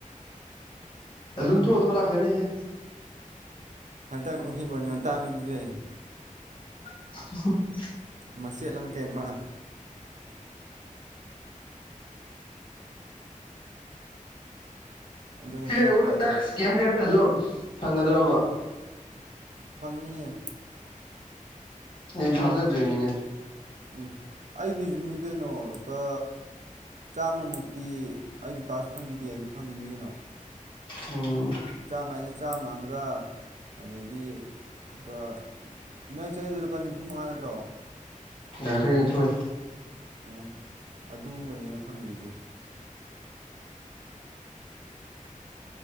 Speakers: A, on the left (about 40°); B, on the right (about 60°).
A: ꯑꯗꯨꯝ ꯊꯣꯛꯑ ꯊꯣꯛ ꯂꯥꯛꯆꯅꯤꯍꯦ
B: ꯍꯟꯗꯛ ꯅꯨꯡꯐꯤꯡꯒꯣꯟ ꯌꯣ ꯇꯥꯃꯤꯗꯨꯁꯦ
A: <unintelligible>
B: ꯃꯆꯦꯠ ꯑꯃ ꯀꯩ ꯑꯃ ꯑꯗꯨ ꯅꯠꯇꯅ
A: ꯁꯤꯦ ꯑꯩꯗ
B: ꯎꯄꯥꯏ ꯂꯩ
A: ꯇꯥꯛꯁ ꯀꯦꯝ ꯄꯤꯔꯛꯇꯁꯨ ꯐꯪꯒꯗ꯭ꯔꯕ
B: ꯐꯪꯏꯌꯦ
A: ꯏ ꯍꯗꯔꯤ ꯃꯤꯅꯦ
B: ꯎ ꯑꯩꯒꯤꯖꯅꯤ ꯀꯩꯅꯣ ꯂꯨꯄꯥ ꯆꯥꯝꯃꯃꯨꯛꯇꯤ ꯑꯩꯁꯨ ꯇꯥꯛꯁꯨ ꯐꯪꯈꯤꯗꯦ ꯑꯗꯨ ꯐꯪꯈꯤꯅꯤ ꯀꯩꯅꯣ
A: ꯎꯝ
B: ꯆꯥꯝꯃ ꯍꯥꯏꯗ ꯆꯥꯝꯃꯒ ꯑꯗꯒꯤ ꯂꯨꯄꯥ ꯅꯣꯏ ꯆꯗꯣ ꯂꯨꯄꯥ ꯅꯤꯝꯐꯨ ꯃꯉꯥ ꯅꯠꯇ꯭ꯔꯣ
A: ꯪꯈ꯭ꯔꯅ ꯊꯣꯏ
B: ꯑꯣ ꯑꯗꯨꯒꯨꯝꯕꯅꯦꯅ ꯐꯪꯗ꯭ꯔꯤꯁꯦ